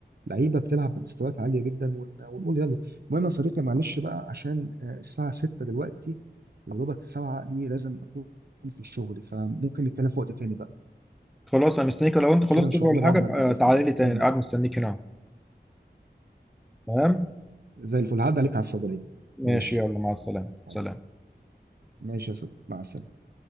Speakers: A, on the right; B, in the centre.
A: لعيبه بتلعب بمستويات عاليه جدا ون- ونقول يلا المهم يا صديقي معلش بقى عشان آه، الساعه 6 دلوقتي يا دوبك الساعه دي لازم اكون في شغلي فممكن نتكلم في وقت تاني بقى
B: خلاص انا مستنيك لو انت خلصت
A: عشان ان شاء
B: شغل ولا
A: الله بعد
B: حاجه ابقى
A: ما ارجع باذن
B: تعالى
A: الله نتكلم
B: لي تاني
A: مع
B: قاعد
A: بعض
B: مستنيك هنا تمام
A: زي الفل هعدي عليك على الصيدليه
B: ماشي
A: ماشي
B: يلا مع السلامه
A: حبيبي
B: سلام
A: ماشي يا صديقي مع السلامه